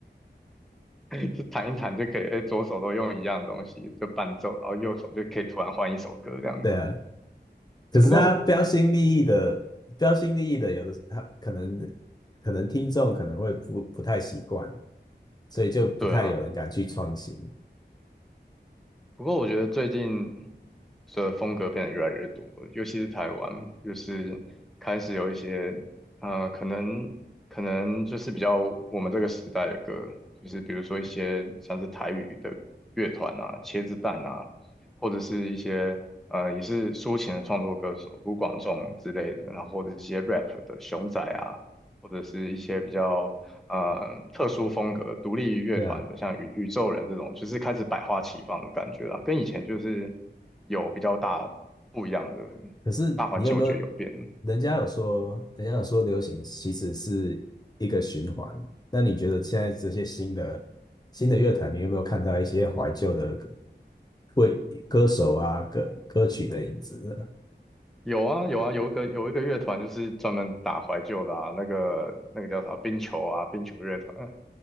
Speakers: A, in the centre; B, on the left.
A: <laughs> 就弹一弹就可以，诶，左手都用一样的东西就伴奏，然后右手就可以突然换一首歌这样。
B: 对啊。可是他标新立异的，
A: 只不过，
B: 标新立异的，有的他可能可能听众可能会不不太习惯，所以就不太有人敢去创新。
A: 对啊，不过我觉得最近的风格变得越来越多了尤其是台湾，就是开始有一些呃，可能可能就是比较我们这个时代的歌，就是比如说一些像是台语的乐团啊、茄子蛋啊，或者是一些呃也是抒情的创作歌手卢广仲之类的，然后或者是一些 rap 的熊仔啊，或者是一些比较呃特殊风格、独立于乐团的，
B: 对啊。
A: 像宇宇宙人这种，就是开始百花齐放的感觉啦，跟以前就是有比较大不一样的
B: 可是你有没有？
A: 大环境，我觉得有变。
B: 人家有说，人家有说流行其实是一个循环。那你觉得现在这些新的新的乐坛，你有没有看到一些怀旧的歌为歌手啊歌歌曲的影子呢
A: 有啊有啊，有一个有一个乐团就是专门打怀旧的啊，那个那个叫啥冰球啊，冰球乐团啊，